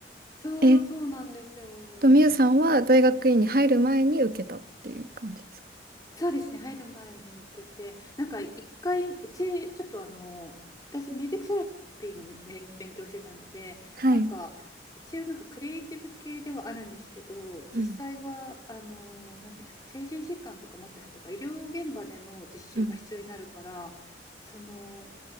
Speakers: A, on the left (about 20°); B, on the right (about 50°).
A: そう、
B: えっ
A: そうなんですよ。
B: と、みゆさんは大学院に入る前に受けたっていう感じですか
A: そうですね、入る前に行けて、なんか一回、うち、ちょっとあの、私、ミュージックセラピーのみ勉勉強してたので、
B: はい。
A: なんか、一応なんかクリエイティブ系ではあるんですけど、実際は、
B: うん。
A: あの、なんていうんですか、精神疾患とか持った人とか、医療現場での実習が必要になるから、
B: うん。
A: その、